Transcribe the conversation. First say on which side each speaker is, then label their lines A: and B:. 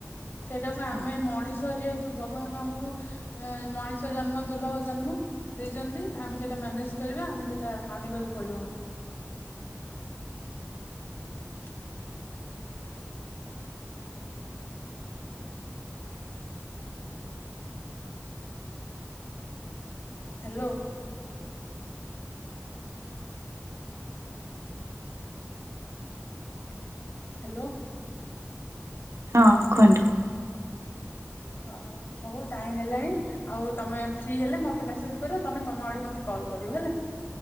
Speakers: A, on the left; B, on the right.
A: ସେଇଟାକୁ
B: ହଁ
A: ଆମେ ମଣିଷ, ଯେହେତୁ ଭଗବାନ ଆମକୁ ମଣିଷ ଜନ୍ମ ଦୁର୍ଲଭ ଜନ୍ମ ଦେଇଛନ୍ତି। ଆମେ ସେଟା ମ୍ୟାନେଜ କରିବା ଆମେ ସେଟା ମାନିବା କୁ ପଡିବ ଆମକୁ। ହାଲୋ। ହାଲୋ।
B: ହଁ, କୁହନ୍ତୁ।
A: ହଁ, ହଉ ଟାଇମ ହେଲାଣି। ଆଉ ତମେ ଫ୍ରି ହେଲେ, ମତେ ମେସେଜ ତମେ, ତମ ଆଡୁ ମତେ କଲ୍ କରିବ ହେଲା।